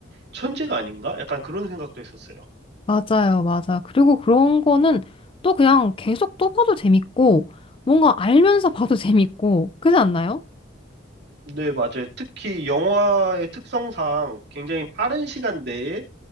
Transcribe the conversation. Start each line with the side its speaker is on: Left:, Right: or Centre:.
Right: 천재가 아닌가? 약간 그런 생각도 했었어요.
Left: 맞아요, 맞아. 그리고 그런 거는 또 그냥 계속 또 봐도 재밌고 뭔가 알면서 봐도 <laughs> 재밌고 그렇지 않나요?
Right: 네, 맞아요. 특히 영화의 특성상 굉장히 빠른 시간 내에